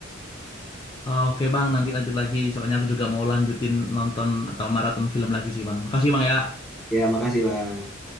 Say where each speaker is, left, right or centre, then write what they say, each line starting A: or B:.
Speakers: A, on the left (about 20°); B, in the centre.
A: Oh, Oke bang, nanti lanjut lagi. Soalnya aku juga mau lanjutin nonton atau maraton film lagi sih bang. Makasih bang ya.
B: Ya, makasih, Bang.